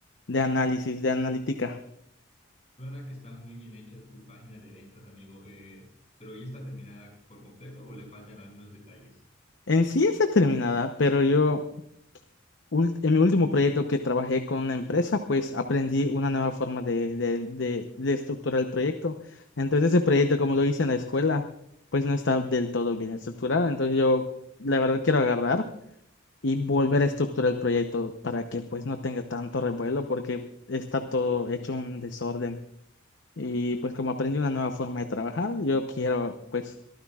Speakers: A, on the left (about 60°); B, on the left (about 35°).
A: de análisis, de analítica.
B: Suena que está muy bien hecha tu página de ventas, amigo, eh, pero ¿ya está terminada por completo o le faltan algunos detalles?
A: En sí es determinada, pero yo... ul- en mi último proyecto que trabajé con una empresa, pues aprendí una nueva forma de, de, de, de estructurar el proyecto. Entonces ese proyecto, como lo hice en la escuela, pues no está del todo bien estructurado. Entonces yo, la verdad, quiero agarrar y volver a estructurar el proyecto para que pues no tenga tanto revuelo porque está todo hecho un desorden. Y pues como aprendí una nueva forma de trabajar, yo quiero pues